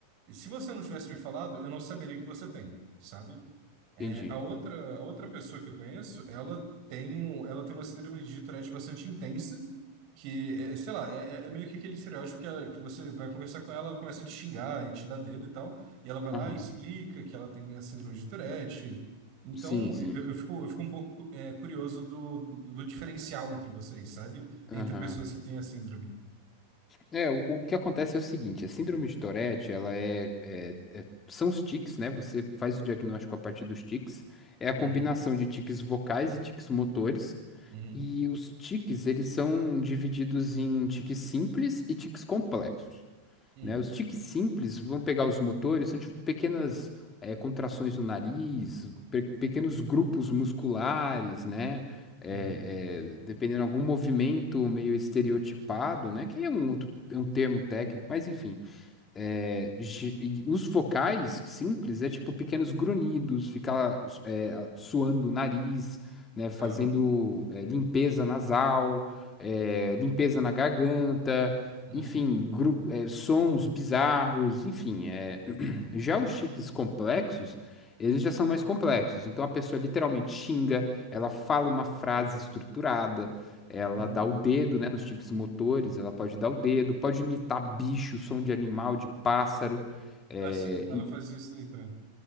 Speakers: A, on the right; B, on the left.
A: se você não tivesse me falado, eu não saberia que você tem, sabe? É,
B: Entendi.
A: a outra, a outra pessoa que eu conheço, ela tem, um, ela tem uma síndrome de Tourette bastante intensa, que, é, é, sei lá, é, é é meio que aquele estereótipo que, ela- que você vai conversar com ela, ela começa a te xingar e te dar dedo e tal, e ela vai lá
B: Aham.
A: e explica que ela tem a síndrome de Tourette. Então,
B: Sim, sim.
A: eu, eu fico, eu fico um pouco, é, curioso do, do, do diferencial entre vocês, sabe? Entre
B: Aham.
A: pessoas que têm a síndrome.
B: É, o, o que acontece é o seguinte, a síndrome de Tourette, ela é, é- é- são os tiques, né? Você faz o diagnóstico a partir dos tiques. É a combinação
A: Uhum,
B: de tiques vocais e tiques motores.
A: uhum,
B: E os tiques, eles são divididos em tiques simples e tiques complexos.
A: uhum,
B: né? Os tiques simples vão pegar os motores, são tipo pequenas eh, contrações no nariz, pe- pequenos grupos musculares, né? Eh,
A: uhum,
B: eh, dependendo de algum movimento meio estereotipado, né? Que aí é um outro, é um termo técnico, mas enfim. É, ge- e os vocais simples é tipo pequenos grunhidos, ficar é, suando o nariz, né, fazendo
A: aham,
B: é, limpeza nasal, é, limpeza na garganta,
A: uhum,
B: enfim, gru- é, sons bizarros, enfim. é. <clears throat> Já os tiques complexos, eles já são mais complexos. Então a pessoa literalmente xinga, ela fala uma frase estruturada, ela
A: uhum.
B: dá o dedo, né, nos tiques motores, ela pode dar o dedo, pode imitar bicho, som de animal, de pássaro. É,
A: Assim, ela
B: e-
A: fazia isso daí também.